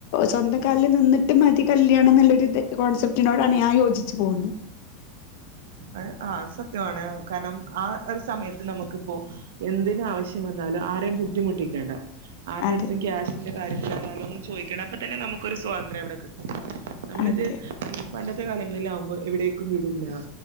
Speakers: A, on the left; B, on the right.
A: സ്വന്തം കാലിൽ നിന്നിട്ടു മതി കല്യാണം എന്നുള്ളൊരു ഇത് കോൺസെപ്റ്റിനോട് ആണ് ഞാൻ യോജിച്ചു പോകുന്ന്.
B: ആഹ് അത് സത്യമാണ്. കാരണം ആ ഒരു സമയത്ത് നമുക്കിപ്പോ എന്തിന് ആവശ്യം വന്നാലും ആരെയും ബുദ്ധിമുട്ടിക്കേണ്ട ആരുടെ
A: അതെ
B: അടുത്തും ക്യാഷിന്റെ കാര്യത്തിലായാലും ഒന്നും ചോദിക്കണ്ട. അപ്പോ തന്നെ നമുക്കൊരു സ്വാതന്ത്ര്യം അവിടെ കിട്ടും. നമ്മളിത്
A: അതെ
B: പണ്ടത്തെ കാലങ്ങളില് ആകുമ്പോ എവിടേക്കും വിടില്ല